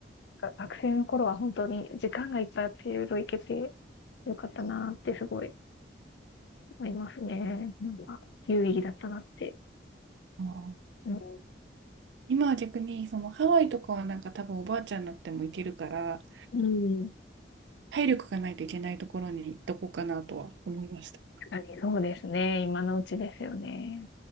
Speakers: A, on the left; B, on the right.
A: か学生の頃は本当に時間がいっぱいあっていろいろ行けてよかったなってすごい思いますね。なんか、有意義だったなって。
B: そう
A: うん。
B: 今は逆に、そのハワイとかはなんか多分おばあちゃんになっても行けるから、
A: うん。
B: 体力がないといけないところに行っとこうかなとは思いました。
A: 確かにそうですね。今のうちですよね。